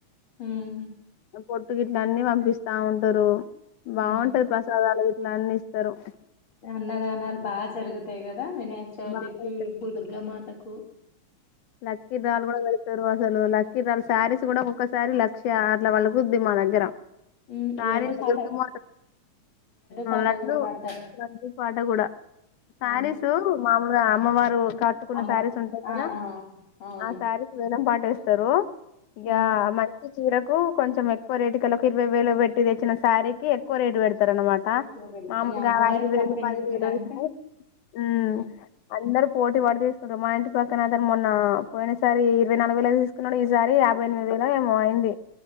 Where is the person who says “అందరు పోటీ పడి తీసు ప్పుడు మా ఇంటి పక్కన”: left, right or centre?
Left